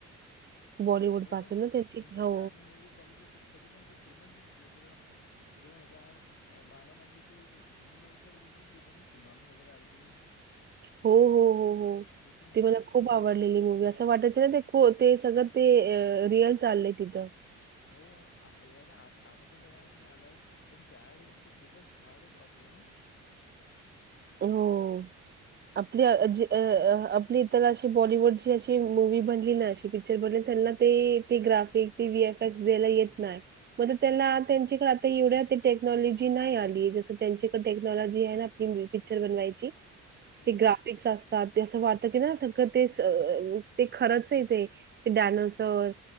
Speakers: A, on the right (about 35°); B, on the left (about 45°).
A: बॉलिवूड
B: हो
A: पासून ना
B: त्यांची
A: हो
B: पुराणी मुव्ही बघितल्या तरी पण ते सेमच दिसते जस दोन हजार बारामतीतील ते एक मुव्ही बघीतलेली का तुम्ही तज्याच्यामध्ये सुनामी वगैरे आलती.
A: हो हो हो हो
B: ते तर मूवी
A: ती मला
B: किती
A: खुप
B: रिएक्सेस
A: आवडलेली
B: केली
A: मुव्ही
B: हो
A: अस वाटायच ना ते ते सगळं ते रिअल चाललंय तिथं.
B: हो आताच्या जमान्यामध्ये आलाय पण त्यावेेळेस ते खुपच हार्ड वाचलं ना ह-
A: हो आपली आपली इतर अशी बॉलिवुडची अशी मुव्ही बनली ना अशी पिक्चर बनली. त्यांना ते ग्राफिक वहीफएक्स दयला येत नाही मग त्यांना त्यांच्याकडे आता एवढ्या टेक्नॉलॉजी नाही आली जस त्यांचीकडे टेक्नॉलॉजी आहे ना आपली पिक्चर बनवायची.
B: हो
A: ते ग्राफिकस असतात ते असं वाटत की सगळं ते ते खरंच ते डायनासोर